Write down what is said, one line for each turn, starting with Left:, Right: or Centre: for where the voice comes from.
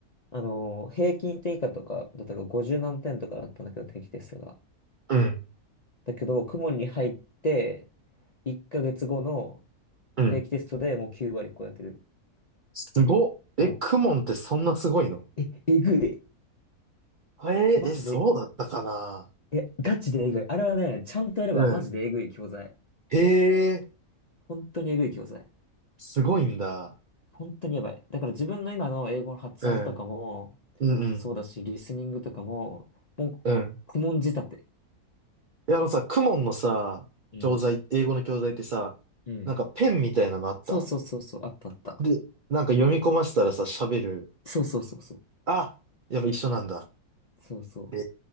Left: う、あの、平均点以下とか、だったら50何点とかだったんだけど、定期テストが。
Right: うん、
Left: だけど、公文に入って、1ヶ月後の
Right: うん。
Left: 定期テストでもう9割超えてる。
Right: すごっ。え、
Left: そ
Right: クモンってそんなすごいの
Left: う。え、えぐい。
Right: えー、
Left: マジで、
Right: え、そうだったかな
Left: え、ガチでえぐい。あれはね、ちゃんとやればマジでえぐい教材。
Right: うん。へえ、
Left: 本当にえぐい教材。
Right: すごいんだ。
Left: 本当にやばい。だから自分の今の英語の発音とかも、
Right: うん、うん、うん、
Left: そうだし、リスニングとかも、もう、
Right: うん。
Left: 公文仕立て。
Right: いや、あのさ、クモンのさ、
Left: うん。
Right: 教材、英語の教材ってさ、
Left: うん。
Right: なんかペンみたいなのあった
Left: そうそうそうそう、あったあった。
Right: で、なんか読み込ませたらさ、喋る。
Left: そうそうそうそう。
Right: あ、やっぱ一緒なんだ。
Left: そうそう。
Right: え